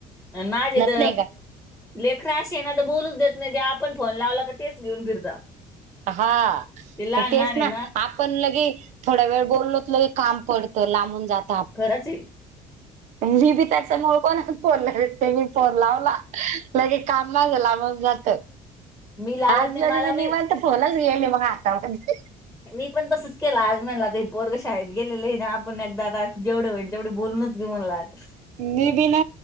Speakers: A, in the centre; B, on the right.
A: अन माझेत
B: नाही का
A: लेकर अशी आहेत ना तर बोलूच देत नाही त्या आपण फोन लावला का तेच घेऊन फिरता.
B: हा
A: ते लहान
B: तेच
A: लहान आहे
B: ना आपण लगे थोड्या वेळ बोलल होतलं की काम पडतं, लांबून जात.
A: घराचे
B: मी बी त्याचा मूळ कोणा फोन ला ते मी फोन लावला. लगे काम माझ लांबून जात
A: मी लावत
B: आज
A: नाही
B: लग
A: मला
B: मी निवांत
A: बी
B: फोनच घेईल मी मग हाता मध्ये
A: मी पण तसच केलं आज म्हणल पोरग शाळेत गेलेले आहे आपण एकदा आता जेवढे होईल तेवढे बोलूनच घेऊ म्हणलं आज
B: मी बी ना